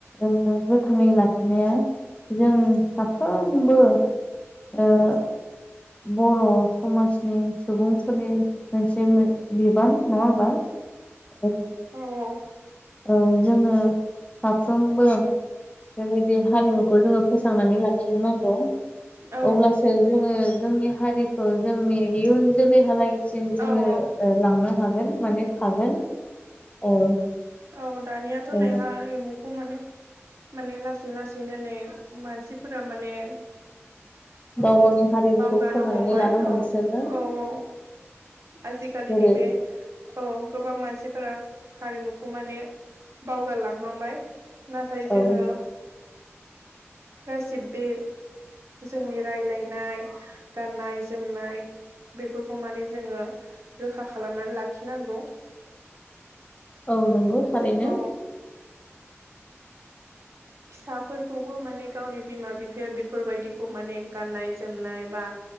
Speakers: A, on the left; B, on the right.
A: ओ गोथाङै लाखिनाया जों साफ्रोमबो ओ बर समाजनि सुबुंफोरनि मोनसे मोन बिबान नंङा होमबा। औ
B: औ औ
A: औ जोङो साफ्रोमबो बेबायदि हारिमुखौ जोंङो फोसांनानै लाखिनांगौ।
B: औ
A: अब्लासो जोङो जोंनि हारिखौ जोंनि इयुन जोलैहालागसिम जोंङो
B: औ
A: लांनो हागोन माने थागोन औ
B: अ दानियाथ'
A: औ
B: नै हारिमुखौ माने माने लासै लासैनो नै मानसिफोरा माने औ
A: गाव गावनि हारिमुखौ
B: बावगारनो
A: खोमानानै
B: हमबाय
A: लानो हमसोनो
B: औ औ औ आजिखालि
A: जेरै
B: नि बेे औ गोबां मानसिफोरा हारिमुखौ माने बावगारलांहांबाय नाथाय जोंङो
A: औ
B: गासि बे जोंनि राय्लायनाय गाननाय जोमनाय बेफोरखौ माने जोंङो रोखा खालामनानै लाखि नांगौ
A: औ नंगौ थारैनो
B: अ फिसाफोरखौबो माने गावनि बिमा बिफाया बेफोरबायदिखौ माने गाननाय जोमनाय बा